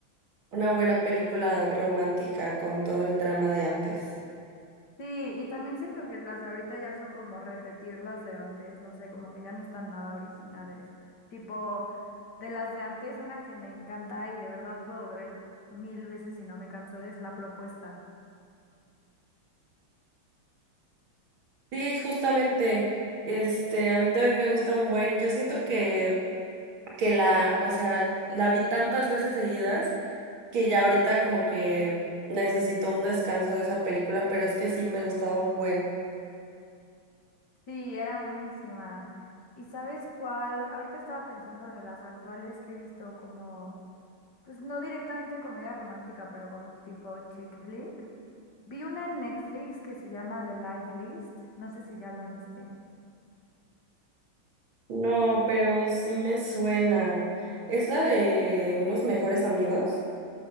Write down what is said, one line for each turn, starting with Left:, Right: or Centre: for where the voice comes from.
Right: una buena película romántica con todo el drama de antes.
Left: Sí, y también siento que las de ahorita ya son como repetir las de antes, no sé, como que ya no están nada originales. Tipo, de las de antes, una que me encanta y de verdad puedo ver mil veces y no me canso es La Propuesta.
Right: Sí, justamente, este, a mí también me gusta un buen. Yo siento que, que la, o sea, la vi tantas veces seguidas que ya ahorita como que necesito un descanso de esa película, pero es que sí me gustaba un buen.
Left: Sí, era buenísima. ¿Y sabes cuál? Ahorita estaba pensando de las actuales que he visto como, pues no directamente comedia romántica, pero como tipo chick flick. Vi una en Netflix que se llama The Life List, no sé si ya la viste.
Right: No, pero sí me suena. ¿Es la de unos mejores amigos?